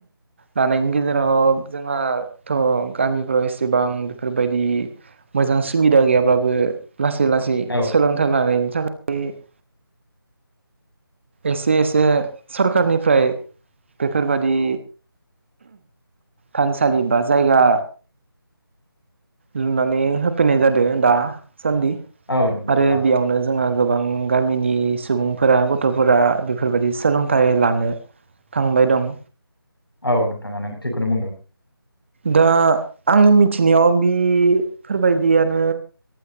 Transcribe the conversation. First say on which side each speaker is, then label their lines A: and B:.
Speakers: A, on the right (about 30°); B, on the left (about 70°).
A: लानायनि गेजेराव जोंहाथ गामिफ्राव एसेबां बेफोरबायदि मोजां सुबिदा गैयाब्लाबो। लासै लासै
B: औ
A: सोलोंथाइ लानाय। <unintelligible> एसे एसे सरखारारनिफ्राय बेफोरबायादि थानसालि बा जायगा लुनानै होफैनाय जादों दा। सान्दि
B: औ नंगौ
A: आरो
B: औ
A: बेयावनो जोंहा गोबां गामिनि सुबुंफोरा गथ गथफोरा बेफोरबायदि सोलोंथाइ लानो थांबाय दं।
B: औ नोंथाङा नों थिगखौनो बुंदों।
A: दा आंनि मिथिनायाव बिफोरबायदियानो